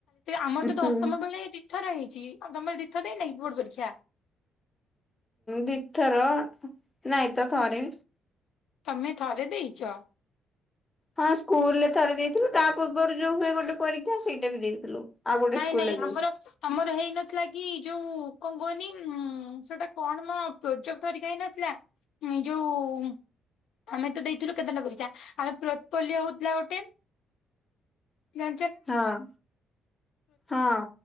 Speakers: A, on the left; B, on the left.
A: ଆମର
B: ଉଁ
A: ତ ଦଶମ
B: ହୁଁ
A: ବେଳେ ଦି ଥର ହେଇଚି, ତମର ଦି ଥର ଦେଇନ କି ବୋର୍ଡ ପରୀକ୍ଷା?
B: ଦି ଥର, ନାଇଁତ ଥରେ।
A: ତମେ ଥରେ ଦେଇଚ।
B: ହଁ! ସ୍କୁଲ୍‌ ରେ ଥରେ ଦେଇଥିଲୁ, ତା' ପୂର୍ବରୁ ଯଉ ହୁଏ ଗୋଟେ ପରୀକ୍ଷା ସେଇଟା ବି ଦେଇଥିଲୁ। ଆଉ ଗୋଟେ
A: ନାଇଁ
B: ସ୍କୁଲରେ
A: ନାଇଁ,
B: ଯାଇ
A: ଆମ ତମର ହେଇନଥିଲା କି ଯଉ କ'ଣ କୁହନି-----ସେଟା କ'ଣ ମ ପ୍ରୋଜେକ୍ଟ ହେଇ ନ--ଲା? <inaudible> ଆମେ ତ ଦେଇଥିଲୁ କେତେଟା ପରୀକ୍ଷା, ଆମେ ହଉ--ଲା ଗୋଟେ। <inaudible> ସେଟା
B: ହଁ ହଁ